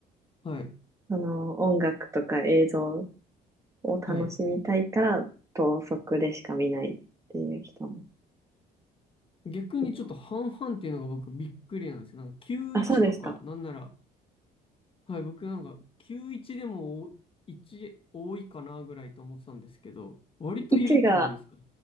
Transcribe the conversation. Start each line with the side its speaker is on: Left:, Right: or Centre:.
Left: はい、
Right: その、音楽とか映像を楽しみたいから、
Left: はい。
Right: 等速でしか見ないっていう人も
Left: 逆にちょっと半々っていうのが僕びっくりなんですけど、
Right: います。
Left: なんか91とか、
Right: あ、そうですか。
Left: なんなら、はい、僕なんか91でもお1多いかなぐらいと思ってたんですけど、割といるってことですか
Right: 1が、